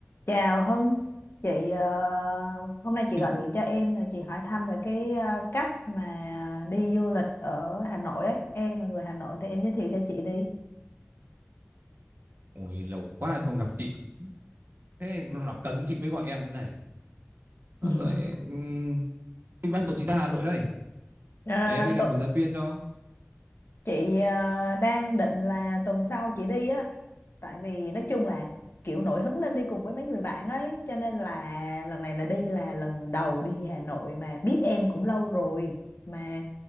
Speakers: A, on the left; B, on the right.
A: Chào Hân, chị ờ, hôm nay chị gọi
B: Ê,
A: điện cho em là chị hỏi thăm về cái ờ, cách mà đi du lịch ở Hà Nội ấy. Em là người Hà Nội thì em giới thiệu cho chị đi.
B: Ôi lâu quá không gặp chị Thế nó là cấn chị mới gọi em thế này Ờ,
A: <laughs>
B: Rồi em Thì bao giờ chị ra Hà Nội đây
A: Ờ,
B: Để em đi làm
A: tu-
B: hướng dẫn viên cho
A: chị ờ, đang định là tuần sau chị đi á, tại vì nói chung là kiểu nổi hứng lên đi cùng với mấy người bạn ấy, cho nên là lần này là đi là lần đầu đi Hà Nội mà biết em cũng lâu rồi mà